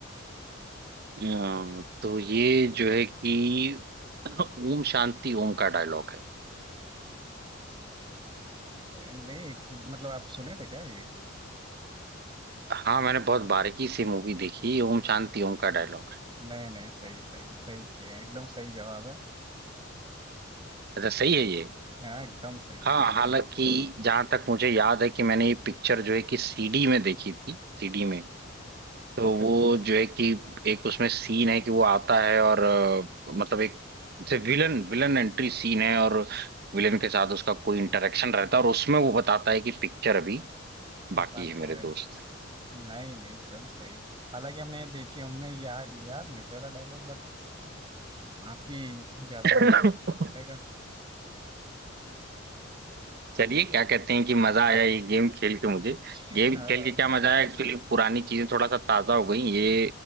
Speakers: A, on the right (about 50°); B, on the right (about 25°).
A: अम, तो ये जो है कि <laughs> ओम शांति ओम का डायलॉग है
B: नहीं मतलब आप सुने थे क्या ये
A: हाँ मैंने बहुत बारीकी से मूवी देखी ओम शांति ओम का डायलॉग है
B: नहीं नहीं सही सही सही किए हैं एकदम सही जवाब है
A: अच्छा सही है ये
B: हाँ एकदम सही
A: हाँ
B: है
A: हालांकि जहां तक मुझे याद है कि मैंने ये पिक्चर जो है कि सीडी में देखी थी सीडी में तो वो जो है कि एक उसमें सीन है कि वो आता है और अ, मतलब एक जैसे विलन विलन एंट्री सीन है और विलन के साथ उसका कोई इंटरेक्शन रहता है और उसमें वो बताता है कि पिक्चर अभी बाकी
B: बाकी
A: है मेरे
B: मेरे
A: दोस्त
B: दोस्त नहीं नहीं एकदम सही हालांकि हमने ये देखी हमने याद याद नहीं था ये वाला डायलॉग बट आपकी याददाश्त
A: <laughs>
B: को पड़ेगा
A: चलिए क्या
B: तो
A: कहते हैं कि मजा आया ये गेम खेल के मुझे
B: हाँ,
A: गेम खेल के क्या मजा आया एक्चुअली पुरानी चीजें थोड़ा सा ताजा हो गई ये